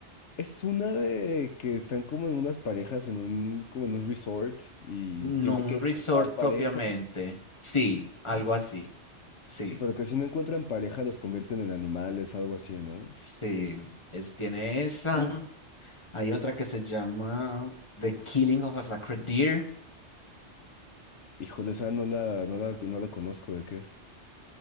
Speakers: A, on the left; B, on the left.
A: Es una de que están como en unas parejas en un, como en un resort y tienen
B: No un
A: que encontrar
B: resort
A: parejas.
B: propiamente. Sí, algo así. Sí,
A: Sí, pero que si no encuentran pareja los convierten en animales, algo así, ¿no?
B: sí. Es, tiene esa. Hay otra que se llama The Killing of a Sacred Deer.
A: Híjole, esa no la, no la, no la conozco, ¿de qué es?